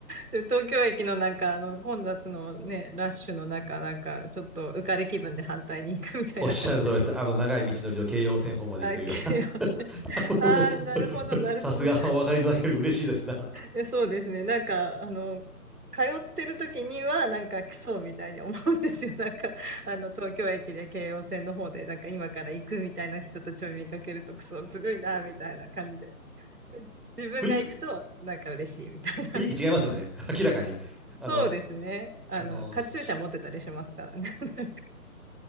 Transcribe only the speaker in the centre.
おっしゃる通りです。あの、長い道のりを京葉線方まで行くという。
<laughs>
もうさすがお分かりいただける嬉しいですな。
<laughs>
雰囲気、
雰囲気違いますよね。
明らかに。あの、
あの、
し